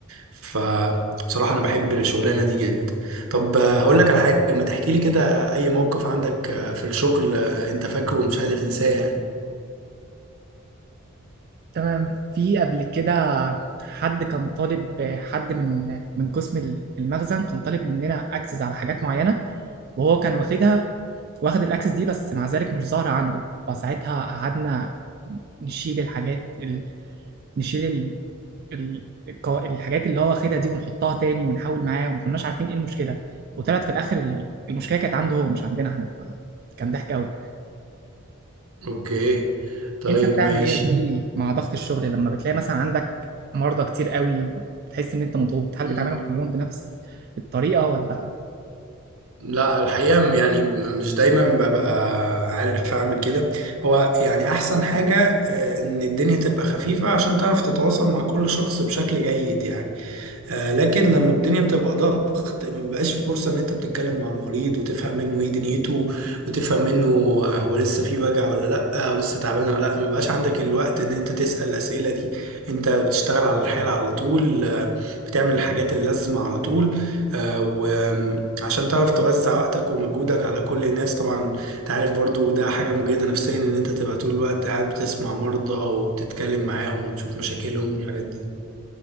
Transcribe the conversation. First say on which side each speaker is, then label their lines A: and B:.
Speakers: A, on the right; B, on the right.
A: فبصراحة أنا بحب الشغلانة دي جدا طب آه، هقول لك على حاجة ما تحكي لي كده أي موقف عندك آه، في الشغل آه، أنت فاكره ومش قادر تنساه يعني
B: تمام في قبل كده حد كان طالب حد من من قسم المخزن كان طالب مننا اكسس على حاجات معينة وهو كان واخدها واخد الاكسس دي بس مع ذلك مش ظاهرة عنده فساعتها قعدنا نشيل الحاجات ال... نشيل ال- الق- الحاجات اللي هو واخدها دي ونحطها تاني ونحاول معاه وما كناش عارفين ايه المشكله وطلعت في الاخر ال- المشكله كانت عنده هو مش عندنا احنا كان ضحك قوي
A: أوكي طيب
B: انت بتعمل
A: ماشي
B: ايه يا زميلي مع ضغط الشغل لما بتلاقي مثلا عندك مرضى كتير قوي وتحس ان انت مضغوط هل
A: مم.
B: بتعاملهم كلهم بنفس الطريقه ولا
A: لا الحقيقة يعني م- مش دايما ببقى عارف أعمل كده هو يعني أحسن حاجة آه، إن الدنيا تبقى خفيفة عشان تعرف تتواصل مع كل شخص بشكل جيد يعني آه، لكن لما الدنيا بتبقى ضغط ما بيبقاش في فرصة ان انت بتتكلم مع المريض وتفهم منه ايه دنيته وتفهم منه آه، هو لسه في وجع ولا لا او لسه تعبان ولا لا ما بيبقاش عندك الوقت ان انت تسأل الأسئلة دي انت بتشتغل على الحالة على طول آه، بتعمل الحاجات اللازمة على طول آه، وعشان تعرف توزع وقتك ومجهودك على كل الناس طبعا انت عارف برضو ده حاجة مجهدة نفسيا ان انت تبقى طول الوقت قاعد بتسمع مرضى وبتتكلم معاهم وتشوف مشاكلهم والحاجات دي